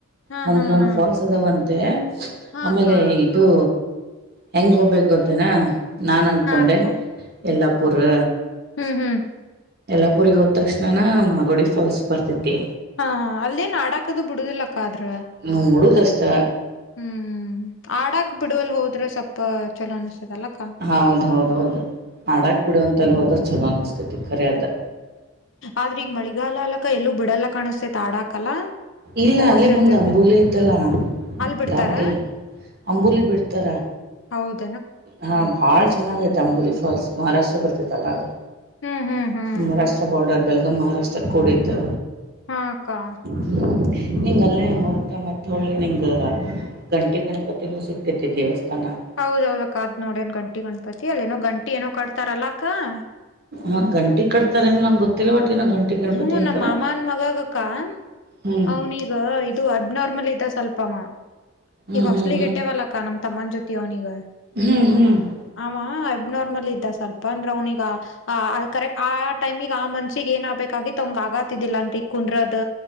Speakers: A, on the left; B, on the right.
A: ಹಾ
B: ಹನ್ನೊಂದ್
A: ಹಾ ಹಾ
B: ಫಾಲ್ಸ್ ಅದಾವಂತೆ
A: ಹಾ
B: ಆಮೇಲೆ
A: ಅಕ್ಕ
B: ಅದು ಹೆಂಗ್ ಹೋಗ್ಬೇಕು ಗೊತ್ತೆನ ನಾನ್ ಅನ್ಕೊಂಡೆ
A: ಹಾ ಅಕ್ಕ
B: ಎಲ್ಲಾಪ್ಪುರು
A: ಹ್ಮ್ ಹ್ಮ್
B: ಎಲ್ಲಾಪುರಿ ಹೋದ ತಕ್ಷಣನ ಮಾಗೋಡಿ ಫಾಲ್ಸ್ ಬರ್ತತಿ
A: ಹಾ ಹಾ ಅಲ್ಲೆನ್ ಆಡಾಕದು ಬಿಡುದಿಲ್ಲಕ್ಕ ಆದ್ರ
B: ನೋಡೋದಷ್ಟ
A: ಹ್ಮ್ ಆಡಾಕ್ ಬಿಡುವಲ್ ಹೋದ್ರೆ ಸ್ವಲ್ಪ ಚಲೋ ಅನ್ಸ್ತದಲ್ಲಕ್ಕ
B: ಹ ಹೌದ ಹೌದ ಹೌದು ಆಡಾಕ್ ಬಿಡುವ ಅಂತಲ್ಲಿ ಹೋದ್ರೆ ಚಲೋ ಅನಿಸ್ತೈತಿ ಖರಿ ಅದ
A: ಆದ್ರೆ ಈಗ ಮಳಿಗಾಲ ಅಲಕ್ಕಾ ಎಲ್ಲೂ ಬಿಡಲ್ಲ ಕಾಣಸ್ತೇತ್ ಆಡಾಕಲ್ಲ
B: ಇಲ್ಲ
A: ಫೋರ್ಸ್
B: ಅಲ್ಲೇ
A: ಇರ್ತೇತಿ
B: ಮುಂದೆ ಅಂಬೂಲಿ ಐತಲ್ಲ
A: ಅಲ್ ಬಿಡ್ತಾರ
B: ದಾಟಿ ಅಂಬೂಲಿ ಬಿಡ್ತಾರ
A: ಹೌದು
B: ಹಾ ಭಾಳ ಚೆನ್ನಾಗ ಐತೆ ಅಂಬುಲಿ ಫಾಲ್ಸ್ ಮಹಾರಾಷ್ಟ್ರ ಬರ್ತಿತ್ತಲ್ಲ ಅದು
A: ಹ್ಮ್ ಹ್ಮ್ ಹ್ಮ್
B: ಮಹಾರಾಷ್ಟ್ರ ಬಾರ್ಡರ್ ಬೆಳಗಾಂ ಮಹಾರಾಷ್ಟ್ರಕ್ಕೆ ಕೂಡಿತಿ
A: ಹಾ ಅಕ್ಕ? <inaudible>
B: ಹೂ ನಿಂಗ ಅಲ್ಲೇ ಹೋಗ್ತಾ ಮತ್ತ ಹೊಳ್ಳಿ ನಿಂಗ? <inaudible> ಗಂಟಿ ಗಣಪತಿನೂ ಸಿಗ್ತತಿ ದೇವಸ್ಥಾನ. <inaudible>
A: ಹೌದ ಹೌದ ಅಕ್ಕಾ ಅದ ನೋಡೇನ್ ಗಂಟಿ ಗಣಪತಿ ಅಲ್ಲೇನೋ ಗಂಟಿ ಏನೋ ಕಡ್ತಾರಲ್ಲಾ ಅಕ್ಕಾ? <inaudible>
B: ಮತ್ತ ಗಂಟಿ ಕಟ್ತಾರೆ ನಂಗ ಗೊತ್ತಿಲ್ಲ ಒಟ್ ಏನೋ ಗಂಟಿ <inaudible>
A: ಹೂ
B: ಅಂತಾರೆ
A: ನಮ್ಮ ಮಾಮನ್ ಮಗಗ ಅಕ್ಕಾ
B: ಹ್ಮ್
A: ಅವನೀಗ <inaudible> ಇದು ಅಬ್ನಾರ್ಮಲ್ ಇದ್ದ ಸ್ವಲ್ಪ ಅವ
B: ಹ್ಮ್
A: ಈಗ ಹಾಸ್ಟೆಲ್
B: ಹ್ಮ್
A: ಗೆ ಇಟ್ಟೇವಲ್ಲ ಅಕ್ಕಾ ನಮ್ಮ ತಮ್ಮನ ಜೊತೆ ಅವ್ನಿಗ. <inaudible>
B: ಹೂ ಹೂ <inaudible>
A: ಆವ ಅಬ್ನಾರ್ಮಲ್ ಇದ್ದ ಸ್ವಲ್ಪ ಅಂದ್ರ ಅವ್ನಿಗಾ <inaudible> ಆ ಅದು ಕರೆಕ್ಟ್ ಆ ಟೈಮಿಗ್ ಆ ಮನಸಿಗೆ ಏನ್ ಆಗಬೇಕ. <inaudible> ಕವಿತ ಅವಂಗ ಆಗತಿದ್ದಿಲ್ಲಾ ತಿಕ್ ಕುಂದರದ